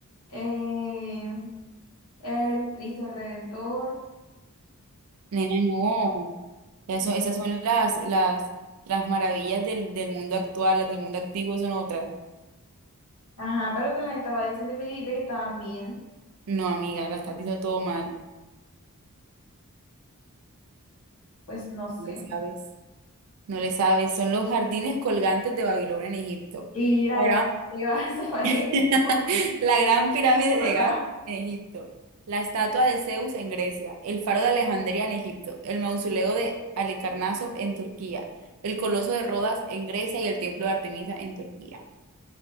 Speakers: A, on the left (about 80°); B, on the right (about 70°).
A: eh, el Cristo Redentor.
B: Nena, no. Eso-
A: mm,
B: esas son las, las, las maravillas del, del mundo actual. Las del mundo antiguo son otras.
A: Ajá, pero te las estaba diciendo y me dijiste que estaban bien.
B: No, amiga, la estás diciendo todo mal.
A: Pues no sé.
B: Le sabes. No le sabes, son los jardines colgantes de Babilonia en Egipto.
A: Y mira,
B: La
A: ya
B: gran,
A: que tú te ibas a saber
B: <laughs>
A: <laughs> eso,
B: la gran pirámide
A: ¿verdad?
B: de Gat en Egipto. La estatua de Zeus en Grecia. El faro de Alejandría en Egipto. El mausoleo de Halicarnaso en Turquía. El coloso de Rodas en Grecia y el templo de Artemisa en Turquía.